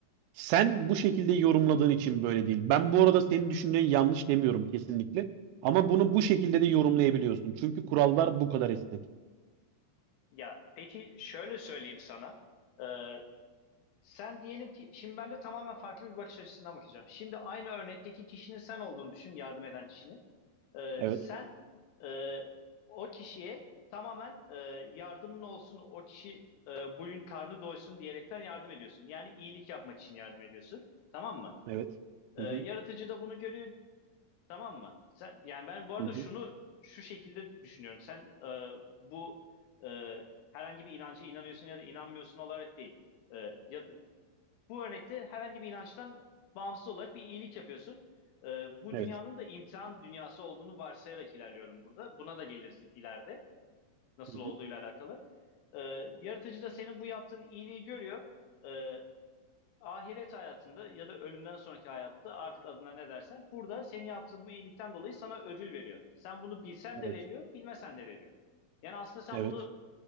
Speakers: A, on the right (about 85°); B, on the left (about 85°).
A: sen bu şekilde yorumladığın için böyle değil. Ben bu arada senin düşündüğün yanlış demiyorum kesinlikle. Ama bunu bu şekilde de yorumlayabiliyorsun. Çünkü kurallar bu kadar esnek.
B: Ya peki şöyle söyleyeyim sana. Ee, sen diyelim ki şimdi ben de tamamen farklı bir bakış açısından bakacağım. Şimdi aynı örnekteki kişinin sen olduğunu düşün, yardım eden kişinin. Ee,
A: Evet,
B: sen e, o kişiye tamamen e, yardımın olsun, o kişi e, bugün karnı doysun diyerekten yardım ediyorsun. Yani iyilik yapmak için yardım ediyorsun. Tamam mı?
A: evet.
B: Ee,
A: Hı
B: yaratıcı
A: hı,
B: da bunu görüyor, Tamam mı? Sen, yani ben bu arada
A: hı hı.
B: şunu şu şekilde düşünüyorum. Sen e, bu e, herhangi bir inancı inanıyorsun ya da inanmıyorsun olarak değil. E, ya da, bu örnekte herhangi bir inançtan bağımsız olarak bir iyilik yapıyorsun. E, bu
A: Evet.
B: dünyanın da imtihan dünyası olduğunu varsayarak ilerliyorum burada. Buna da geliriz ileride nasıl
A: Hı hı.
B: olduğuyla alakalı. E, yaratıcı da senin bu yaptığın iyiliği görüyor. E, ahiret hayatında ya da ölümden sonraki hayatta artık adına ne dersen burada senin yaptığın bu iyilikten dolayı sana ödül veriyor. Sen bunu bilsen
A: Evet,
B: de veriyor, bilmesen de veriyor. Yani aslında sen
A: evet,
B: bunu